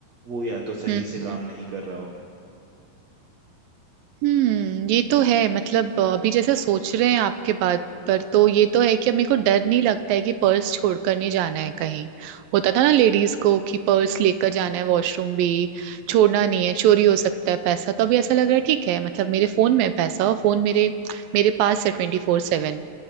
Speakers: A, on the right; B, on the right.
A: वो या तो सही
B: हम्म, हम्म।
A: से काम नहीं कर रहा हो
B: हम्म ये तो है मतलब अ, अभी जैसे सोच रहे हैं आपके बात पर तो ये तो है कि अब मेरे को डर नहीं लगता है कि पर्स छोड़कर नहीं जाना है कहीं होता था ना लेडीज को कि पर्स लेकर जाना है वॉशरूम भी छोड़ना नहीं है चोरी हो सकता है पैसा तो अभी ऐसा लग रहा है ठीक है मतलब मेरे फोन में है पैसा और फोन मेरे मेरे पास है ट्वेंटी फोर सेवन